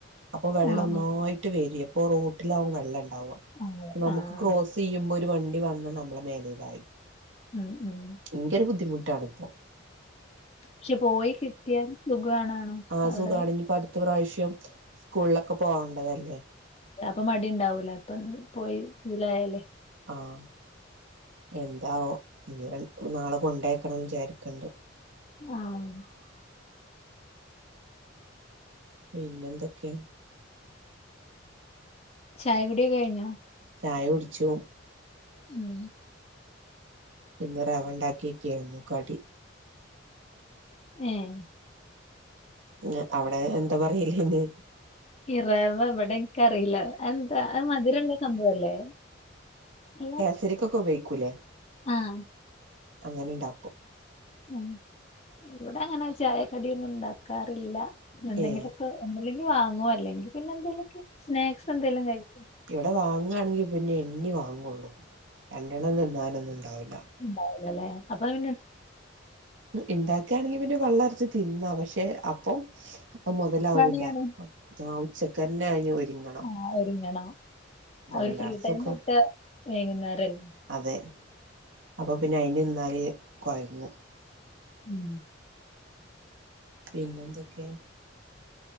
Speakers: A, on the right; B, on the left.
A: അപ്പൊ വെള്ളം
B: ആഹ്
A: ഒന്നായിട്ട് വര്വേ. അപ്പൊ റോട്ടിലാവും വെള്ളംണ്ടാവാ.
B: ആഹ്
A: നമുക്ക്
B: ആഹ്
A: ക്രോസ്
B: അത്
A: ചെയ്യുമ്പോ ഒരു വണ്ടി വന്നാ നമ്മളെ മേലേലായി.
B: ഉം ഉം
A: ഭയങ്കര ബുദ്ധിമുട്ടാണ് ഇപ്പോ.
B: പക്ഷെ പോയി കിട്ടിയാൽ സുഖാണാണും.
A: ആഹ്
B: അവിടെ
A: സുഖാണ്. ഇഞ്ഞ് പ്പ അടുത്ത പ്രാവശ്യം സ്കൂളിലൊക്കെ പോവണ്ടതല്ലേ.
B: അപ്പൊ മടി ണ്ടാവൂലേ ഇപ്പം ന്ന് പോയി ശീലായാലേ
A: ആഹ്. എന്താവം ഇനി രൺ നാളെ കൊണ്ടേക്കണം വിചാരിക്ണ്ട്.
B: ആഹ്.
A: പിന്നെന്തൊക്കെ?
B: ചായ കുടിയൊക്കെ കഴിഞ്ഞോ?
A: ചായ കുടിച്ചു.
B: ഉം
A: ഇന്ന് റവണ്ടാക്ക്യേക്കേര്ന്നു കടി.
B: ഏഹ്.
A: ഞ് അവിടെ എന്താ പറയലയ്ന്?
B: ഇ റവ ഇവട ഇൻക്കറീല്ല. അതെന്താ അത് മധുരള്ള സംഭവല്ലേ അല്ല
A: ത്തിരിക്കൊക്കെ ഉപയോഗിക്കൂല്ലേ.
B: ആഹ്.
A: അങ്ങനെണ്ടാക്കും.
B: ഉം. ഇവടെ അങ്ങനെ ചായക്കടിയൊന്നും ഉണ്ടാക്കാറില്ല. എന്തെങ്കിലൊക്ക
A: ഏ
B: ഒന്നല്ലെങ്കി വാങ്ങു അല്ലെങ്കി പിന്നെ എന്തെലൊക്കെ സ്നാക്സ് എന്തേലും കഴിക്കും.
A: ഇവടെ വാങ്ങാണെങ്കി പിന്നെ എണ്ണി വാങ്ങൊള്ളു രണ്ടെണ്ണം തിന്നാനൊന്നും ഉണ്ടാവൂല്ല.
B: ഉണ്ടാവൂല ല്ലേ അപ്പം പിന്നെ.
A: ഇണ്ടാക്കാണെങ്കി പിന്നെ പള്ള നറച്ച് തിന്നാ പക്ഷെ അപ്പം അത് മുതലാവൂല്ല
B: പണിയാണ്
A: ആഹ് ഉച്ചക്കെന്നെ അയ്ന് ഒരുങ്ങ
B: ആഹ് ഒരുങ്ങണം. ആ ഒര്
A: എല്ലാരും
B: ഫ്രീ ടൈം
A: സുഖം
B: കിട്ടാ വൈകുന്നേരല്ലേ.
A: അതെ. അപ്പോ പിന്നെ അയിന് നിന്നാൽ കൊയങ്ങും.
B: ഉം
A: പിന്നെന്തൊക്കെ?